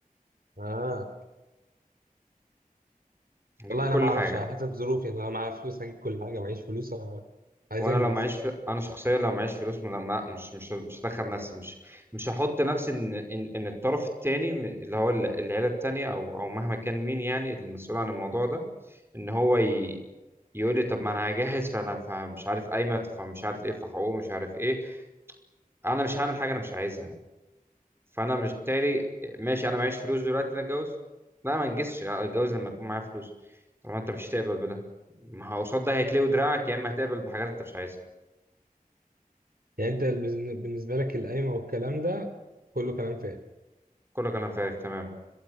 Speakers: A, on the right; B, on the right.
A: اه
B: هجيب
A: والله انا
B: كل
A: ما اعرفش
B: حاجه
A: على حسب ظروفي يعني لو معايا فلوس هجيب كل حاجة معيش فلوس آه، عايز
B: وانا
A: انجز
B: لو معيش في... انا شخصيا لو معيش فلوس ما... ما... مش مش مش هدخل نفسي مش مش هحط نفسي ان ان, إن الطرف التاني م- اللي هو ال- العيله التانيه او او مهما كان مين يعني المسؤول عن الموضوع ده ان هو ي... يقول لي طب ما انا هجهز فانا فمش عارف قايمه طب فمش عارف ايه في حقوقه مش عارف ايه انا مش هعمل حاجه انا مش عايزها فانا مش تالي ماشي انا معيش فلوس دلوقتي انا اتجوز لا ما انجزش اتجوز لما يكون معايا فلوس طالما انت مش هتقبل بده ما هو قصاد ده هيتلوي دراعك يا اما هتقبل بحاجات انت مش عايزها
A: يعني انت بالنسبة لك القايمة والكلام ده كله كلام فارغ
B: كله كلام فارغ تمام